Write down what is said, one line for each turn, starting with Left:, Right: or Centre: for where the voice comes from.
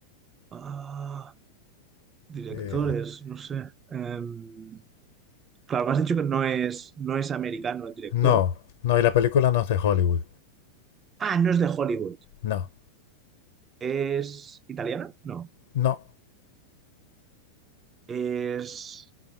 Right: Ah, directores,
Left: Eh,
Right: no sé. Em, claro, me has dicho que no es, no es americano el director.
Left: no, no, y la película no es de Hollywood.
Right: Ah, no es de Hollywood.
Left: No,
Right: ¿Es italiana? No.
Left: no.
Right: Es.